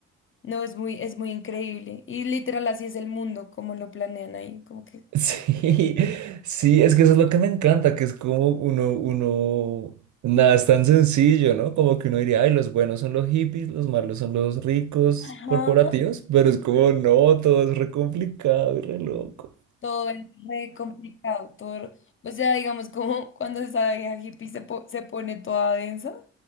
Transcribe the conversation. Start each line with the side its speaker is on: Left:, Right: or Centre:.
Left: no, es muy, es muy increíble. Y literal así es el mundo, como lo planean ahí, como que...
Right: <laughs> Sí, sí, es que eso es lo que me encanta, que es como uno, uno, nada, es tan sencillo, ¿no? Como que uno diría, ay, los buenos son los hippies, los malos son los ricos
Left: Ajá.
Right: corporativos, pero es como, no, todo es re complicado y re loco.
Left: Todo es re complicado, todo, o sea, digamos, como cuando esa vieja hippie se, po- se pone toda densa